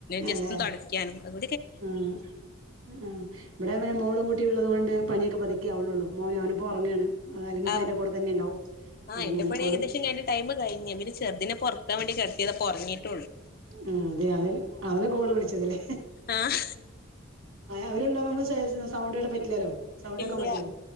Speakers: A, on the left; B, on the right.
A: ജസ്റ്റ്‌
B: അതെ
A: തുടക്കാനുണ്ട്
B: ഉം ആ ഇവിടെ പിനെ മോളും കുട്ടി ഉള്ളത് കൊണ്ട് പണിയൊക്കെ പതുക്കിയ ആവനുള്ളൂ മോൻ അവനിപ്പോ ഉറങ്ങയാണ് അല്ലെങ്കിപ്പ
A: ആഹ്
B: എന്റെ കൂടെ തന്നെ ഉണ്ടാവും
A: ആഹ്
B: ഉറങ്ങാണ്
A: എന്റെ പണി
B: അവള്
A: ഏകദേശം കഴിഞ്ഞ് ടൈം കഴിഞ്ഞ് പിന്നെ ചെറുതിനെ ഒറക്കാൻ വേണ്ടി കിടത്തിതാ ഇപ്പോ ഉറങ്ങിട്ടേയുള്ളു
B: ആ അതെ അതി അവനെ കോള് വിളിചതലേ
A: ആഹ്
B: അവരുണ്ടമക്ക് <unintelligible> സൗണ്ട് പറ്റില്ലല്ലോ സൗണ്ട് വെക്കാൻ
A: ഇല്ല
B: പറ്റില്ലല്ലോ